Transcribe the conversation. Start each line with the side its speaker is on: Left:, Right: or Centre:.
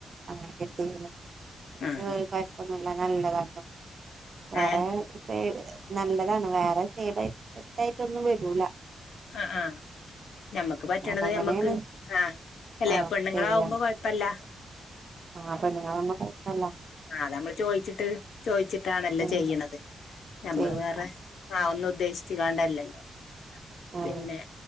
Right: ആഹ് കിട്ടിയതല്ലേ എന്ക്ക്
Left: ആഹ്
Right: കൊയപ്പൊന്നുല്ല നല്ലതാട്ടോ വേറെ
Left: ഏഹ്
Right: സൈ നല്ലതാണ് വേറെ സൈഡ് എഫക്ടായിട്ടൊന്നും വരൂലാ
Left: ആഹ് ആഹ് ഞമ്മക്ക് പറ്റണത്
Right: അതങ്ങനെയാണ്
Left: ഞമ്മക്ക് ആഹ് അല്ലെ
Right: ആ
Left: പെണ്ണുങ്ങളാവുമ്പോ
Right: ചെയ്യാം
Left: കൊഴപ്പല്ല
Right: ആഹ് പെണ്ണുങ്ങള് <unintelligible>
Left: ആഹ് നമ്മള് ചോയിച്ചിട്ട് ചോയിച്ചിട്ടാണല്ലോ
Right: ഉം
Left: ചെയ്യണത് നമ്മള്
Right: ചെയ്യ
Left: വേറെ ആഹ് ഒന്നും ഉദ്ദേശിച്ചു കാണ്ടല്ലല്ലോ
Right: ഉം
Left: പിന്നെ